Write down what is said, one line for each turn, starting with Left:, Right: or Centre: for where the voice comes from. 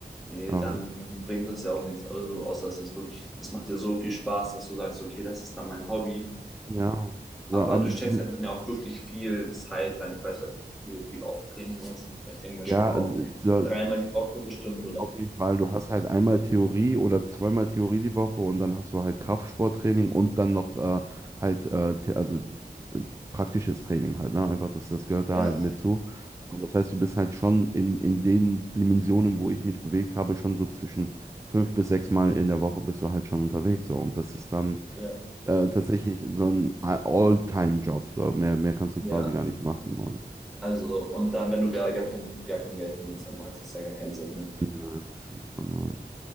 Centre: Nee,
Right: Aber,
Centre: dann, dann bringt das ja auch nichts. Also, außer es ist wirklich, das macht dir so viel Spaß, dass du sagst, okay, das ist dann mein Hobby
Right: ja. So,
Centre: Aber
Right: aber,
Centre: du steckst
Right: so-
Centre: halt ja auch wirklich viel Zeit rein. Ich weiß auch nicht, wie viel, wie oft Training ist. Aber ich denke mir
Right: ja,
Centre: schon auch
Right: also, so,
Centre: dreimal die Woche bestimmt, oder?
Right: Auf jeden Fall, du hast halt einmal Theorie oder zweimal Theorie die Woche und dann hast du halt Kraftsporttraining und dann noch äh, halt äh, The- also äh, praktisches Training halt, ne? Einfach, das, das gehört da
Centre: Ja,
Right: halt mit zu. So, Und das heißt, du bist halt schon in, in den Dimensionen, wo ich mich bewegt habe, schon so zwischen fünf bis sechs Mal in der Woche bist du halt schon unterwegs. So. Und das ist dann
Centre: ja,
Right: äh, tatsächlich so ein All-Time-Job. So. Mehr, mehr kannst du
Centre: ja.
Right: quasi gar nicht machen. Und,
Centre: Also, und dann, wenn du gar, gar kein, gar kein Geld verdienst, dann macht das ja gar keinen Sinn, ne?
Right: Nein, schon, schon.